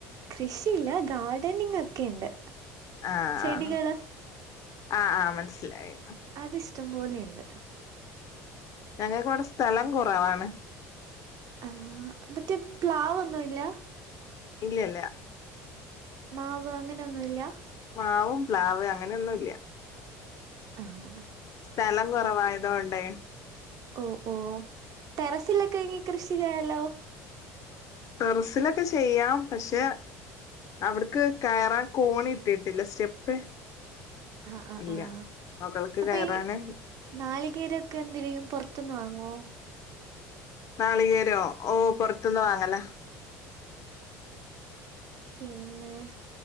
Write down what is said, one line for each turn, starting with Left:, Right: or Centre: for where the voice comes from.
Right: കൃഷിയില്ല ഗാർഡനിങ് ഒക്കെ ഉണ്ട്
Left: ആഹ്
Right: ചെടികള്
Left: ആഹ് ആഹ് ആഹ് മനസ്സിലായി
Right: അത് ഇഷ്ടംപോലെയുണ്ട്
Left: ഞങ്ങൾക്ക് ഇവിടെ സ്ഥലം കുറവാണ്
Right: ആഹ് മറ്റേ പ്ലാവ് ഒന്നുല്ല
Left: ഇല്ലല്ല
Right: മാവ് അങ്ങനൊന്നുല്ല
Left: മാവും പ്ലാവ് അങ്ങനൊന്നും ഇല്ല
Right: ആഹ് ആഹ്
Left: സ്ഥലം കുറവായതൊണ്ടേ
Right: ഓഹ് ഓഹ് ടെറസിലൊക്കെ എ കൃഷി ചെയ്യാ ലോ
Left: ടെറസിലൊക്കെ ചെയ്യാം പക്ഷെ അവിടക്ക് കയറാൻ കോണി ഇട്ടിട്ടില്ല സ്റ്റെപ്പ്
Right: ആ ആ
Left: ഇല്ല
Right: ആ
Left: മൊകൾക്ക്
Right: അപ്പൊ
Left: കയറാന്
Right: ഈ നാളികേരൊക്കെ എന്തിനും പുറത്തുന്ന് വാങ്ങുവോ
Left: നാളികേരോ ഓഹ് പുറത്തന്ന് വാങ്ങലാ
Right: പിന്നെ